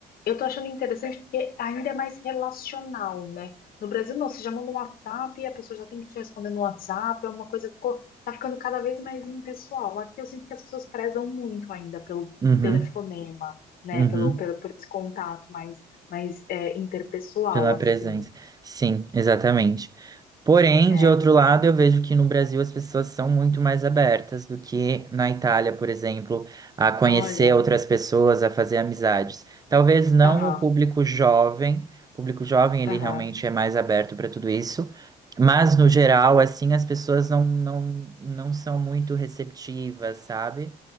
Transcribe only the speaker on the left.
eu tô achando interessante porque ainda é mais relacional, né? No Brasil, não, você já manda um WhatsApp, a pessoa já tem que te responder no WhatsApp, é uma coisa que ficou, tá ficando cada vez mais impessoal. Aqui eu sinto que as pessoas prezam muito ainda pelo
telefonema né,
pelo, pelo, por esse contato mais mas é interpessoal,
assim.
É,
olha,
aham,
aham,